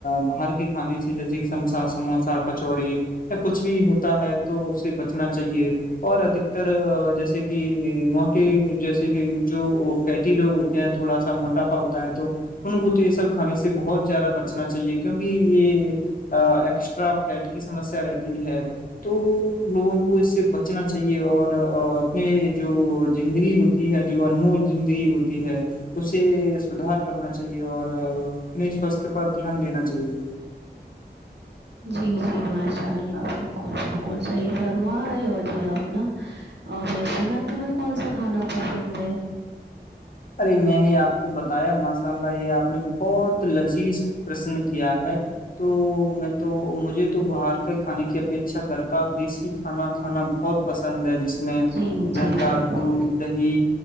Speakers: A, on the left (about 50°); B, on the right (about 75°).
A: باہر کے کھانے سے جیسے کہ سم سموسا کچوری کچھ بھی ہوتا ہے تو اس سے بچنا چاہیے اور ادھکتر جیسے کہ موق جیسے کہ جو فیٹی لوگ ہوتے ہیں تو تھوا موٹا پاتا ہے تو ان کو تو یہ سب کھانے سے بہت زیادہ بچنا چاہیے کیونکہ یہ ایکسٹرا فیٹ کی سمسیا رہتی ہے تو لوگوں کو اس سے بچنا چاہیے اور اپنے جو زندگی ہوتی ہے جو انمول زندگی ہوتی ہے اسے سدار کرنا چاہیے اور اپنے سواستھ پر دھیان دینا چاہیے
B: جی جی ماشاء اللہ بالکل بالکل صحیح فرم آ رہے ہو جی آپ ن ا ویسی نا تمہیں کون سا کھانا پسند ہے
A: ارے میں نے آپ کو بتایا ماشاء اللہ یہ آپ نے بہت لذیذ پرسن کیا ہے تو میں تو مجھے تو باہر کے کھانے کی اپیکھا گھر کا دیسی کھانا کھانا بہت پسند ہے جس میں
B: جی
A: گھر
B: جی
A: کا
B: بالکل
A: دودھ دہی